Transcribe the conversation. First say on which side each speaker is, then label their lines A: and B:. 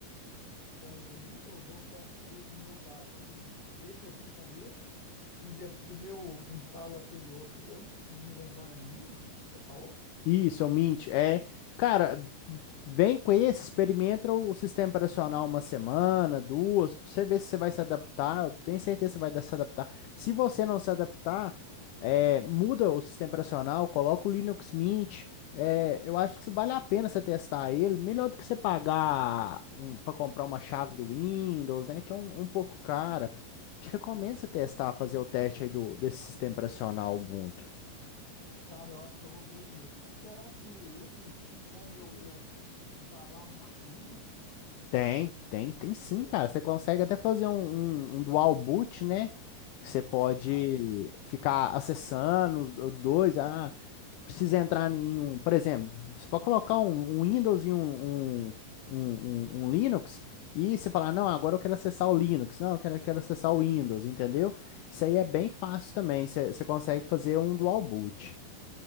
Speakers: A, on the left; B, on the left.
A: com o Windows ou você acha que eu devo mudar? Tipo assim, deixa vir com esse E depois eu instalo aquele outro. Eu não me lembro, não. É Mindy que você falou?
B: Isso, é o Mint. É, cara, vem com esse, experimenta o sistema operacional uma semana, duas, pra você ver se você vai se adaptar. Eu tenho certeza que você vai se adaptar. Se você não se adaptar, é, muda o sistema operacional, coloca o Linux Mint. É, eu acho que se vale a pena você testar ele, melhor do que você pagar um, para comprar uma chave do Windows, né? Que é um, um pouco cara. Te recomendo você testar, fazer o teste aí do, desse sistema operacional Ubuntu.
A: Cara, eu acho que eu vou fazer isso mesmo. Será que, assim, tem como eu, eu instalar mais de um
B: Tem, tem, tem sim,
A: teste?
B: cara. Você consegue até fazer um, um, um dual boot, né? Você pode
A: Ah,
B: ficar acessando os do- dois. Ah, precisa entrar em um. Por exemplo, você pode colocar um, um Windows e um, um, um, um- um Linux. E você falar, não, agora eu quero acessar o Linux. Não, eu quero, quero acessar o Windows, entendeu? Isso aí é bem fácil também. Você, você consegue fazer um dual boot.